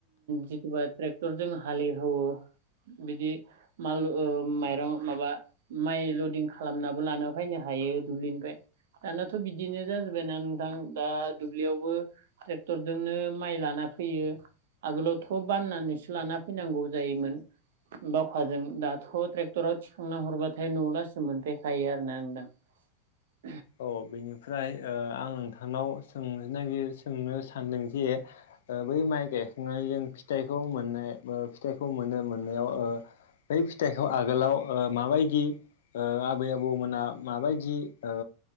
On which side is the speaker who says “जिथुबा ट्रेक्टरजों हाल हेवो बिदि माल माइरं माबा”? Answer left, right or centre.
Right